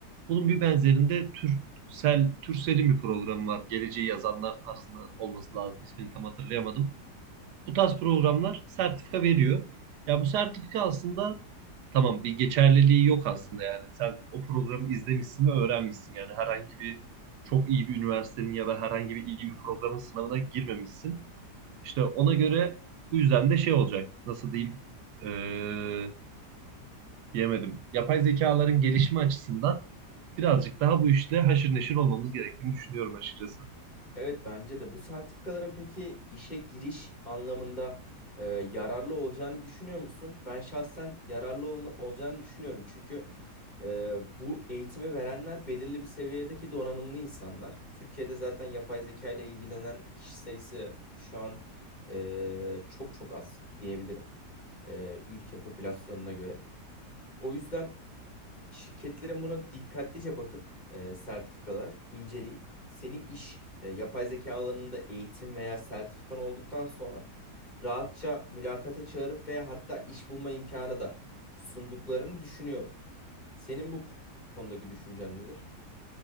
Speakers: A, on the right (about 75°); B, on the left (about 25°).
A: Bunun bir benzerinde Türsel, Türsel'in bir programı var. Geleceği yazanlar tarzında olması lazım. İsmini tam hatırlayamadım. Bu tarz programlar sertifika veriyor. Ya bu sertifika aslında tamam bir geçerliliği yok aslında yani. Sen o programı izlemişsin ve öğrenmişsin yani. Herhangi bir çok iyi bir üniversitenin ya da herhangi bir iyi bir programın sınavına girmemişsin. İşte ona göre bu yüzden de şey olacak. Nasıl diyeyim? Ee, diyemedim. Yapay zekaların gelişimi açısından birazcık daha bu işle haşır neşir olmamız gerektiğini düşünüyorum açıkçası.
B: Evet bence de bu sertifikaların peki işe giriş anlamında e, yararlı olacağını düşünüyor musun? Ben şahsen yararlı ol- olacağını düşünüyorum. Çünkü e, bu eğitimi verenler belirli bir seviyedeki donanımlı insanlar. Türkiye'de zaten yapay zeka ile ilgilenen kişi sayısı şu an e, çok çok az diyebilirim. e, ülke popülasyonuna göre. O yüzden Şirketlerin buna dikkatlice bakıp e, sertifikalara inceleyip seni iş e, yapay zeka alanında eğitim veya sertifikan olduktan sonra rahatça mülakata çağırıp veya hatta iş bulma imkanı da sunduklarını düşünüyorum. Senin bu konudaki düşüncen nedir?